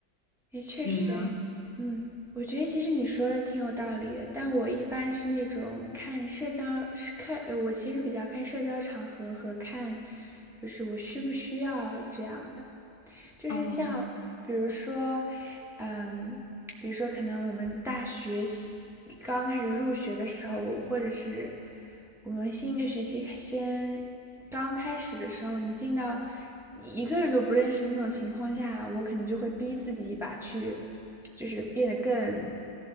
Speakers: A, in the centre; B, on the left.
A: 也确实诶，
B: <laughs> 你呢？
A: 嗯，我觉得其实你说的挺有道理的，但我一般是那种看社交，是看，呃我其实比较看社交场合和看，就是我需不需要这样的，就是像比如说，
B: 哦。
A: 嗯，比如说可能我们大学喜刚开始入学的时候，或者是我们新一个学期开先刚开始的时候，你进到一个人都不认识那种情况下，我可能就会逼自己一把去，就是变得更